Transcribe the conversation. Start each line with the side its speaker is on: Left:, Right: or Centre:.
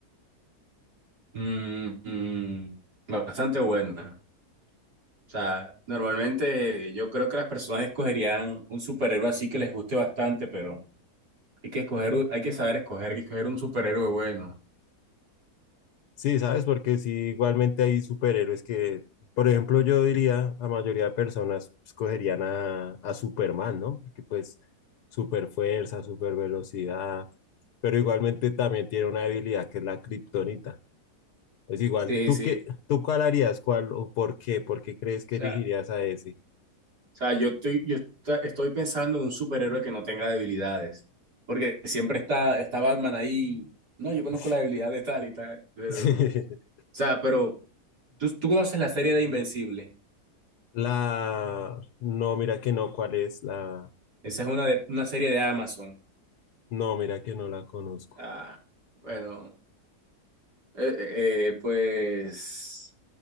Right: Mm, mm, bastante buena. O sea, normalmente yo creo que las personas escogerían un superhéroe así que les guste bastante, pero hay que escoger, un- hay que saber escoger, hay que escoger un superhéroe bueno.
Left: Sí, ¿sabes? Porque sí, igualmente hay superhéroes que, por ejemplo, yo diría, la mayoría de personas escogerían a, a Superman, ¿no? Porque pues super fuerza, super velocidad, pero igualmente también tiene una debilidad que es la kriptonita. Es igual,
Right: Sí,
Left: ¿tú
Right: sí.
Left: qué, tú cuál harías, cuál o por qué? ¿Por qué crees
Right: O
Left: que
Right: sea,
Left: elegirías a ese?
Right: o sea, yo estoy, yo esta- estoy pensando en un superhéroe que no tenga debilidades. Porque siempre está, está Batman ahí. No, yo conozco
Left: Ush.
Right: la debilidad de tal y tal. Pero,
Left: <laughs>
Right: o
Left: Sí.
Right: sea, pero tú, tú conoces la serie de Invencible.
Left: La, no, mira que no, ¿cuál es la?
Right: Esa es una, de- una serie de Amazon.
Left: No, mira que no la conozco.
Right: Ah, bueno, eh, eh, eh, pues.